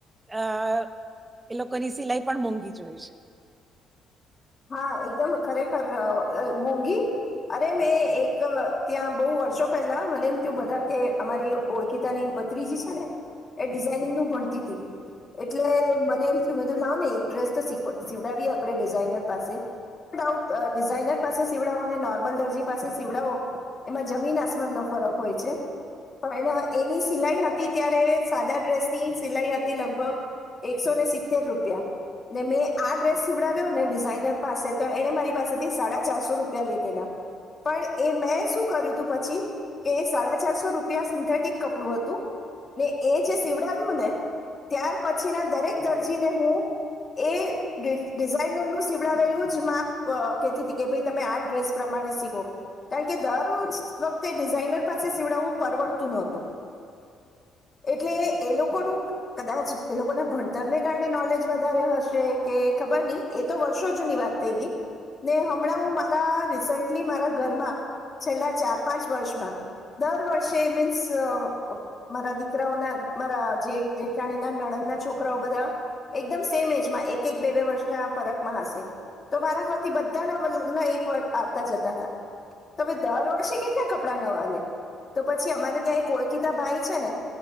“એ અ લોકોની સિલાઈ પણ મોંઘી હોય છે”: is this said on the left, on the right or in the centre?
Right